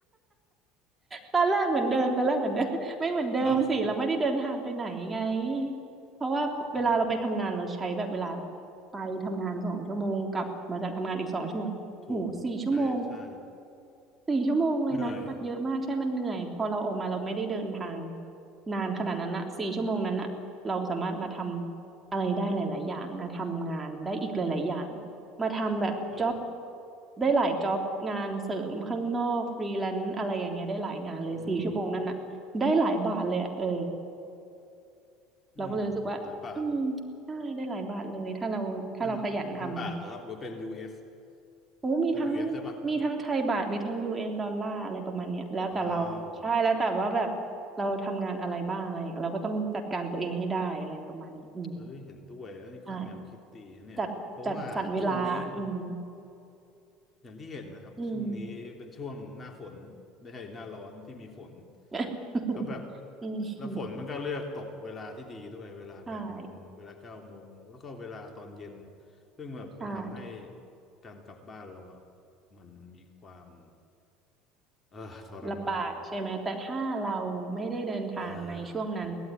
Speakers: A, on the right; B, on the left.
A: ตอนแรกเหมือนเดิมตอนแรกเหมือนเดิม <laughs> ไม่เหมือนเดิมสิเราไม่ได้เดินทางไปไหนไง
B: <laughs> เอา
A: เพราะว่าเวลาเราไปทำงานเราใช้แบบเวลา
B: อืม
A: ไปทำงานสองชั่วโมงกลับมาจากทำงานอีกสองชั่วโมงโหสี่ชั่วโมง
B: ถูกใช่ใช่
A: สี่ชั่วโมงเลยนะมันเยอะมากใช่มันเหนื่อยพอเราออกมาเราไม่ได้เดินทาง
B: เหนื่อย
A: นานขนาดนั้นอะสี่ชั่วโมงนั้นนะเราสามารถมาทำอะไรได้หลายๆอย่างนะทำงานได้อีกหลายๆอย่างมาทำแบบจ็อบ
B: เออ
A: ได้หลายจ็อบงานเสริมข้างนอกฟรีแลนซ์อะไรอย่างเงี้ยได้หลายงานเลยสี่ชั่วโมงนั้นอะได้หลายบาทเลยอะเออ
B: อืม
A: เราก็เลยรู้สึกว่าอืม
B: อืมหลายบาท
A: ใช่ได้หลายบาทเลยถ้าเราถ้าเราขยันทำนะ
B: เป็นเป็นบาทเหรอครับหรือเป็น US เอ
A: โอ้มีทั้ง
B: สเป็น US ได้ปะ
A: มีทั้งไทยบาทมีทั้งยูเอสดอลลาร์อะไรประมาณเนี้ยแล้วแต่เรา
B: ว้าว
A: ใช่แล้วแต่ว่าแบบเราทำงานอะไรบ้างอะไรอย่างเงี้ยเราก็ต้องจัดการตัวเองให้ได้อะไรประมาณนี้อืม
B: เอ้ยเห็นด้วยอันนี้ค่อนแนวคิดดีนะเนี่ยเพราะว่าช่วงนี้
A: ใช่ จัดจัดสรรเวลาอืม
B: อย่างที่เห็นนะครับช่วงนี้เป็นช่วงหน้าฝนไม่ใช่หน้าร้อนที่มีฝน
A: อืม <laughs>
B: แล้วแบบ
A: อื
B: แล้วฝนมันก็เลือกตกเวลาที่ดีด้วยเวลาแปดโมงเวลาเก้าโมงแล้วก็เวลาตอนเย็น
A: มใช่
B: ซึ่งแบบมันทำให้
A: ใช่
B: การกลับบ้านเราอะมันมีความเออทรมาน
A: ลำบากใช่ไหม แต่ถ้าเราไม่ได้เดินทางในช่วงนั้น
B: อ่า